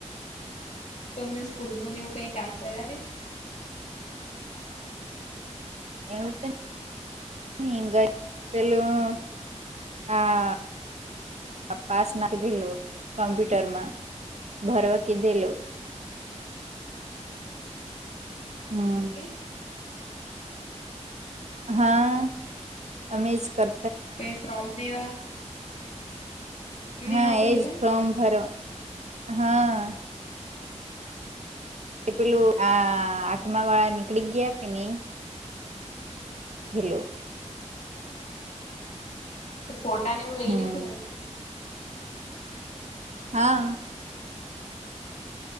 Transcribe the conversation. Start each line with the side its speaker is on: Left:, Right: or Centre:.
Left: તમને સ્કૂલનું ને એવું કંઈ કામ કરાવે?
Right: એવું છે. પેલું આ હા. પાસ નાખી દીધેલું, કમ્પ્યુટરમાં ભરવા દીધેલું.
Left: પછી
Right: હમ
Left: કોઈ કંઈ?
Right: હા, અમે જ કર.
Left: કઈ ફોર્મ લેવા?
Right: હા,
Left: એવા ભર્યા
Right: એ જ ફોર્મ ભરો, હા. કે પેલા આ આઠમા વાળા નીકળી ગયા કે નહી? હેલો.
Left: તો ને એવું લઈ
Right: હમ
Left: લીધું.
Right: હા.